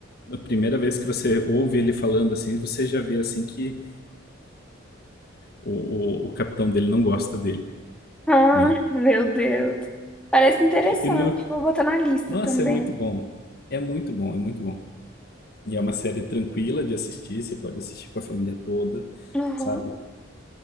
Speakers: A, on the left; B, in the centre.
A: a primeira vez que você ouve ele falando assim, você já vê assim que o, o, o capitão dele não gosta dele,
B: Ah,
A: né?
B: meu Deus. Parece interessante.
A: E no,
B: Vou botar na lista
A: nossa,
B: também.
A: é muito bom, é muito bom, é muito bom. E é uma série tranquila de assistir, você pode assistir com a família toda,
B: Aham.
A: sabe?